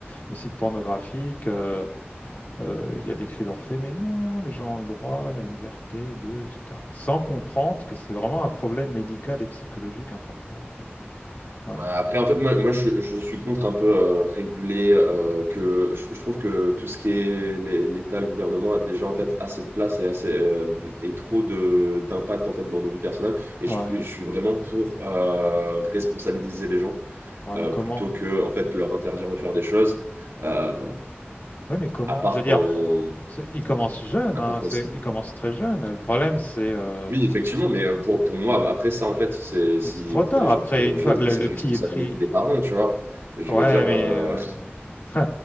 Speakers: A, on the left; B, on the right.
A: les sites pornographiques, euh, Euh, Il y a des cris d'Orphée, mais non, les gens ont le droit, la liberté de, etc. Sans comprendre que c'est vraiment un problème médical et psychologique important, quoi. Ouais,
B: ouais, après, en fait, moi, moi je, je suis contre un peu euh, réguler, euh, que je, je trouve que tout ce qui est l'é- l'État, le gouvernement a déjà en fait assez de place et assez euh, et trop de d'impact en fait dans nos vies personnelles. Et
A: ouais,
B: je, et je suis vraiment pour euh, responsabiliser les gens
A: ouais,
B: euh,
A: mais comment?
B: plutôt que en fait leur interdire de faire des choses. Euh,
A: Oui, mais comment?
B: à part
A: Je veux dire,
B: quand,
A: c'est- ils commencent jeunes,
B: à
A: hein,
B: part quand
A: c'est,
B: c'est
A: ils commencent très jeunes. Le problème, c'est, euh,
B: Oui, effectivement, mais euh, pour, pour moi, bah, après ça, en fait, c'est si
A: mais c'est trop
B: pour
A: tard.
B: les gens
A: Après,
B: qui commencent
A: une fois
B: jeunes,
A: que le,
B: c'est
A: le
B: la
A: pli
B: responsabilité
A: est pris,
B: des parents, tu vois. Je
A: ouais,
B: veux dire,
A: mais
B: euh,
A: euh, <laughs> ouais.